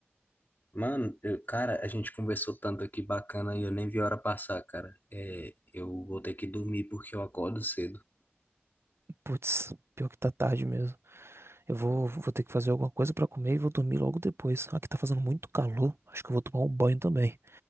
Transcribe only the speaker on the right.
Putz, pior que tá tarde mesmo. Eu vou, vou ter que fazer alguma coisa pra comer e vou dormir logo depois. Aqui tá fazendo muito calor. Acho que eu vou tomar um banho também.